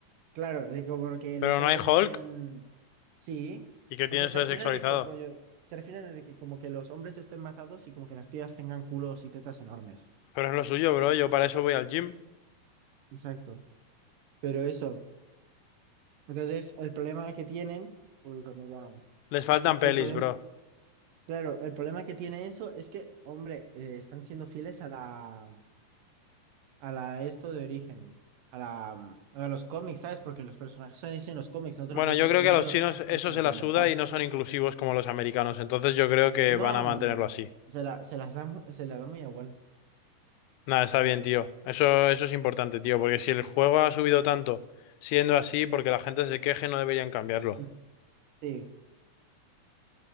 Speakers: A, on the right; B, on the left.
A: claro, de como que
B: Pero
A: los
B: no
A: hombres
B: hay Hulk.
A: estén, sí,
B: ¿Y qué tiene
A: o sea,
B: eso
A: se
B: de
A: refieren
B: sexualizado?
A: de que rollo, se refieren de que como que los hombres estén mazados y como que las pibas tengan culos y tetas enormes.
B: Pero es lo suyo, bro. Yo para eso voy al gym.
A: Exacto. Pero eso, entonces el problema que tienen, uy, cuando van,
B: Les faltan
A: el
B: pelis,
A: problema,
B: bro.
A: claro, el problema que tiene eso es que, hombre, eh, están siendo fieles a la, a la esto de origen, a la, mm, a los cómics, ¿sabes? Porque los personajes son hechos en los cómics, no te
B: Bueno,
A: lo puedes,
B: yo
A: eh,
B: creo
A: no
B: que a
A: te
B: los
A: lo,
B: chinos
A: no te
B: eso
A: lo tienen
B: se la
A: que inventar.
B: suda y no son inclusivos como los americanos. Entonces yo creo que
A: No,
B: van a mantenerlo así.
A: se la, se las da, mu- se la da muy igual.
B: Nada, está bien, tío. Eso, eso es importante, tío. Porque si el juego ha subido tanto siendo así, porque la gente se queje, no deberían cambiarlo.
A: Mm. Sí.